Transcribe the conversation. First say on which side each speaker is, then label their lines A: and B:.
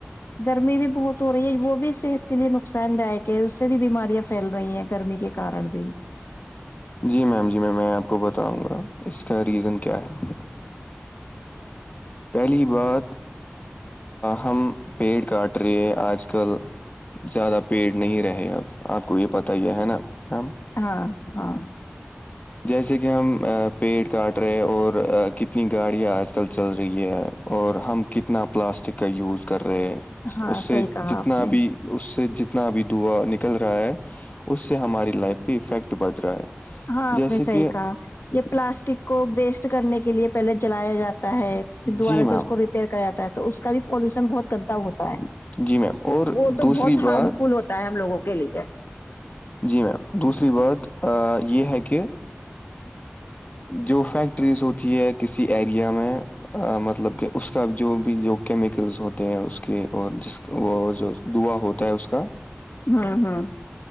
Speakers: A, on the left (about 60°); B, on the left (about 35°).
A: گرمی بھی بہت ہو رہی ہے وہ بھی صحت کے لیے نقصان داک کہ اس سے بھی بیماریاں پھیل رہی ہیں گرمی کے کارن بھی
B: جی میم جی میں میں آپ کو بتاؤں گا اس کا ریزن کیا ہے پہلی بات ہم پیڑ کاٹ رہے ہیں آج کل زیادہ پیڑ نہیں رہے اب آپ کو یہ پتا ہی ہے نا ہم
A: ہاں ہاں
B: جیسے کہ ہم پیڑ کاٹ رہے اور کتنی گاڑیاں آج کل چل رہ رہی ہے اور ہم کتنا پلاسٹک کا یوز کر رہے ہیں
A: ہاں
B: اس سے
A: صحیح کہا
B: جتنا
A: آپ نے
B: بھی اس سے جتنا بھی دوا نکل رہا ہے اس سے ہماری لائف پہ افیکٹ بڑھ رہا ہے
A: ہاں آپ
B: جیسے
A: نے صحیح
B: کہ
A: کہا یہ پلاسٹک کو ویسٹ کرنے کے لیے پہلے جلایا جاتا ہے پھر دوبارہ
B: جی میم
A: سے اس کو ریپیئر کر جاتا ہے تو اس کا بھی پولوشن بہت گندا ہوتا ہے
B: جی میم اور
A: وہ تو
B: دوسری
A: بہت ہارم
B: بات
A: فل ہوتا ہے ہم لوگوں کے لیے
B: جی میم دوسری بات یہ ہے کہ جو فیکٹریز ہوتی ہے کسی ایریا میں مطلب کہ اس کا جو بھی جو کیمیکلز ہوتے ہیں اس کے اور جس وہ جو دعا ہوتا ہے اس کا
A: ہاں ہاں